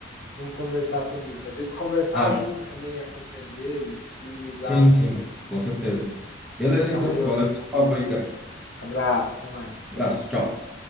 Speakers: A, on the left (about 80°); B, in the centre.
A: vamos conversar sobre isso. Às vezes conversar
B: Ah,
A: ajuda também a compreender e minimizar.
B: sim, sim, com certeza. Beleza,
A: Valeu
B: então, valeu
A: e
B: pelo papo aí, cara.
A: abraço, até mais.
B: Abraço, tchau.